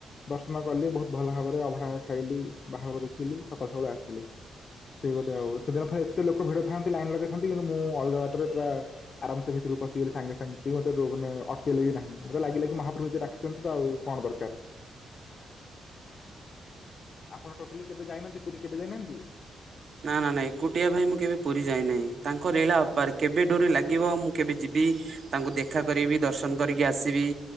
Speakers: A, on the left (about 55°); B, on the right (about 60°).
A: ଦର୍ଶନ କଲି ବହୁତ ଭଲ ଭାବରେ ଅଭଢା ଖାଇଲି ବାହାରଘ ଦେଖିଲି ସକାଳୁ ସକାଳୁ ଆସିଲି। ସେଇ ଗୋଟେ ଆଉ ସେଦିନ ପାଇଁ ଏତେ ଲୋକ ଭିଡ଼ ଥାନ୍ତି ଲାଇନ୍ ଲଗାଇଥାନ୍ତି କିନ୍ତୁ ମୁଁ ଅଳଗା ବାଟରେ ପୁରା ଆରାମ ସେ ଭିତରୁ ପିଗଲେ ସାଙ୍ଗେ ସାଙ୍ଗେ କେ ମୋତେ ଅଟକେ ବି ନାହିଁ ମତେ ଲାଗିଲ କି ମହାପଭୁ ଡା ଅଛନ୍ତି ତ ଆଉ କଣ ଦରକାର। ଆପଣ ଟୋଟାଲି କେବେ ଯାଇନାହାନ୍ତି ପୁରୀ କେବେ ଯାଇନାହାନ୍ତି?
B: ନା ନା ନାଇଁ କୁଟିଆ ଭାଇ ମୁଁ କେବେ ପୁରୀ ଯାଇନାହିଁ। ତାଙ୍କ ଲୀଳା ଅପାର କେବେ ଡୋରି ଲାଗିବ ମୁଁ କେବେ ଯିବି ତାଙ୍କୁ ଦେଖା କରିବି ଦର୍ଶନ କରିକି ଆସିବି